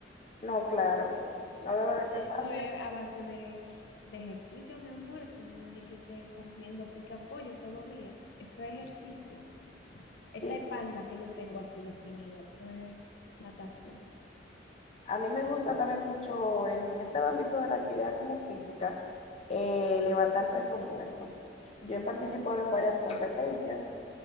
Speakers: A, on the left (about 35°); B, on the left (about 70°).
A: No, claro. No debe de ser fácil.
B: Eso es a base de, de ejercicio, mi amor. Eso no es de que, que comiendo pica pollo todos los días. Eso es ejercicio. Esta
A: <laughs> Sí,
B: espalda que yo tengo así definida, eso es natación.
A: A mí me gusta también mucho en ese ámbito de la actividad como física, eh, levantar peso muerto. Yo he participado en varias competencias